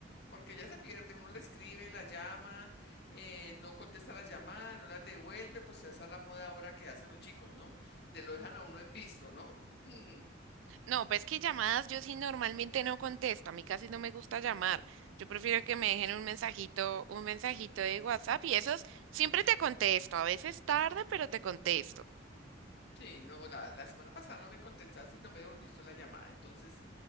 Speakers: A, on the left (about 55°); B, on the right (about 80°).
A: porque ella se pierde, uno le escribe, la llama, eh, no contesta la llamada, no las devuelve, pues esa es la moda ahora que hacen los chicos, ¿no? De lo dejan a uno en visto, ¿no? Mm,
B: No, pues que llamadas yo sí normalmente no contesto, a mí casi no me gusta llamar. Yo prefiero que me dejen un mensajito, un mensajito de WhatsApp y esos siempre te contesto, a veces tarde, pero te contesto.
A: sí, no, la, la semana pasada no me contestaste y no me devolviste la llamada, entonces